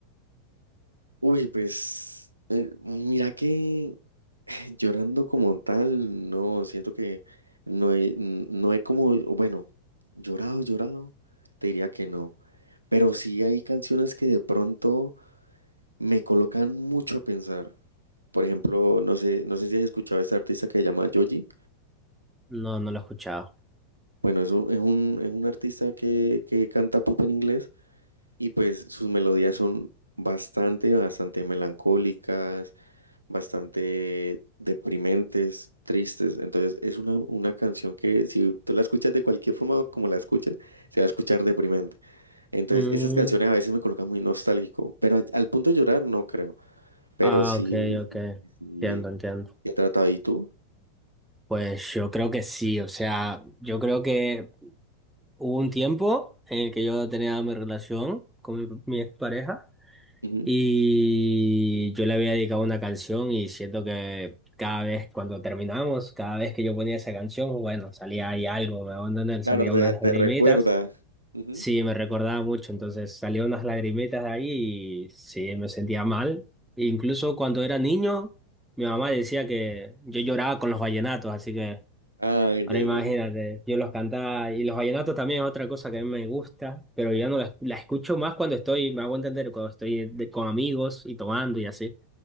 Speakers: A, on the right (about 85°); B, in the centre.
A: Uy, pues eh, mira que Llorando como tal, no, siento que no he, n- no he como, bueno, llorado, llorado, te diría que no, pero sí hay canciones que de pronto me colocan mucho a pensar. Por ejemplo, no sé, no sé si has escuchado a este artista que se llama Joji.
B: No, no lo he escuchado.
A: Bueno, es un, es un, es un artista que, que canta pop en inglés y pues sus melodías son bastante, bastante melancólicas, bastante deprimentes, tristes. Entonces es una, una canción que si tú la escuchas de cualquier forma como la escuches, se va a escuchar deprimente. Entonces
B: Mm,
A: esas canciones a veces me colocan muy nostálgico, pero a- al punto de llorar no creo, pero
B: Ah,
A: sí,
B: ok, ok.
A: sí, sí,
B: Entiendo, entiendo.
A: he tratado. ¿Y tú?
B: Pues yo creo que sí, o sea, yo creo que hubo un tiempo en el que yo tenía mi relación con mi, mi expareja
A: Ujú.
B: y yo le había dedicado una canción y siento que cada vez cuando terminamos, cada vez que yo ponía esa canción, bueno, salía ahí algo, me van a entender,
A: Claro,
B: salía
A: te,
B: unas
A: te
B: lagrimitas.
A: recuerda. Ujú.
B: Sí, me recordaba mucho, entonces salieron unas lagrimetas de ahí y sí, me sentía mal. E incluso cuando era niño, mi mamá decía que yo lloraba con los vallenatos, así que
A: Ay,
B: ahora
A: de-
B: imagínate,
A: de- de-
B: yo los cantaba y los vallenatos también es otra cosa que a mí me gusta, pero yo no la, la escucho más cuando estoy, me hago entender, cuando estoy de- con amigos y tomando y así,